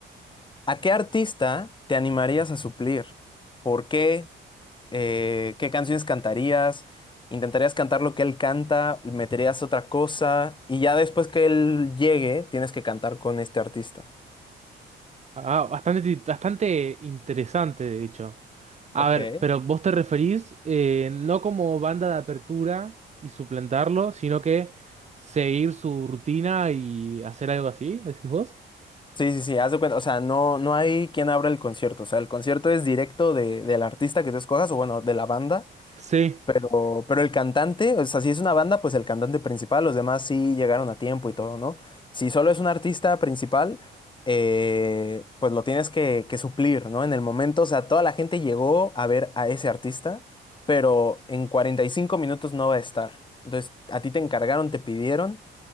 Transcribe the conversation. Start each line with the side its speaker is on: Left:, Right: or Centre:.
Left: ¿A qué artista te animarías a suplir? ¿Por qué? Eh, ¿qué canciones cantarías? Intentarías cantar lo que él canta, meterías otra cosa y ya después que él llegue, tienes que cantar con este artista.
Right: Ah, bastante, ti- bastante interesante, de hecho. A
Left: Ok.
Right: ver, pero vos te referís eh, no como banda de apertura y suplantarlo, sino que seguir su rutina y hacer algo así, decís vos.
Left: Sí, sí, sí, haz de cuenta, o sea, no, no hay quien abra el concierto, o sea, el concierto es directo de, del artista que tú escojas, o bueno, de la banda,
Right: Sí.
Left: pero, pero el cantante, o sea, si es una banda, pues el cantante principal, los demás sí llegaron a tiempo y todo, ¿no? Si solo es un artista principal, eh, pues lo tienes que, que suplir, ¿no? En el momento, o sea, toda la gente llegó a ver a ese artista, pero en 45 minutos no va a estar. Entonces, a ti te encargaron, te pidieron.